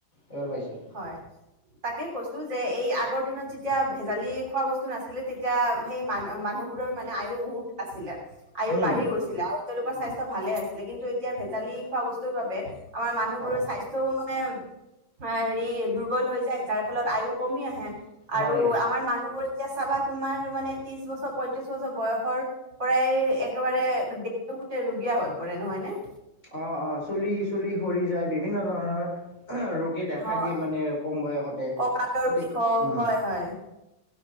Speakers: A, on the left; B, on the right.
A: এইবাৰ পাইছোঁ।
B: হয়, তাকে কৈছো যে এই আগৰ দিনত যেতিয়া ভেজালি খোৱা বস্তু নাছিলে তেতিয়া। সেই মানু-মানুহবোৰৰ মানে আয়ু বহুত আছিলে। আয়ু
A: উম
B: বাঢ়ি গৈছিলে আৰু তেওঁলোকৰ
A: উম
B: স্বাস্থ্য ভালে আছিলে, কিন্তু এতিয়া ভেজালি খোৱা বস্তুৰ বাবে- আমাৰ মানুহবোৰৰ
A: হয়
B: স্বাস্থ্যও মানে- অ', হেৰি দুৰ্বল হৈ যায় তাৰ ফলত আয়ু কমি আহে, আৰু
A: হয়
B: আমাৰ মানুহবোৰ। এতিয়া চাবা তোমাৰ মানে ত্ৰিশ বছৰ পয়ত্ৰিশ বছৰ বয়সৰ- পৰাই একেবাৰে দেহটো গোটেই ৰুগীয়া হৈ পৰে নহয় নে?
A: অ', - অ', চুলি -চুলি সৰি যায় বিভিন্ন ধৰণৰ, ৰোগ- দেখা
B: হয়।
A: দিয়ে মানে কম বয়সতে,
B: কঁকালৰ
A: গতিকে,
B: বিষ হওক
A: অঁহ',।
B: হয় হয়।